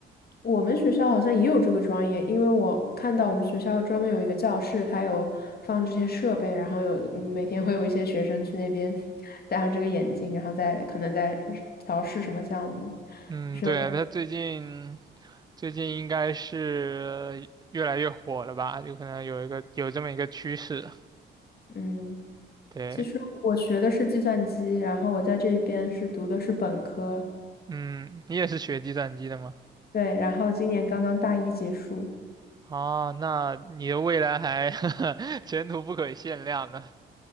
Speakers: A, on the left; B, on the right.
A: 我们学校好像也有这个专业，因为我看到我们学校专门有一个教室，它有放这些设备，然后有嗯每天会有一些学生去那边戴上这个眼镜，然后再可能在调试什么项目，
B: 嗯，
A: 就是
B: 对，他最近最近应该是越来越火了吧？就可能有一个有这么一个趋势。
A: 嗯，
B: 对，
A: 其实我学的是计算机，然后我在这边是读的是本科，
B: 嗯，你也是学计算机的吗？
A: 对，然后今年刚刚大一结束。
B: 哦，那你的未来还 <laughs> 前途不可限量呢。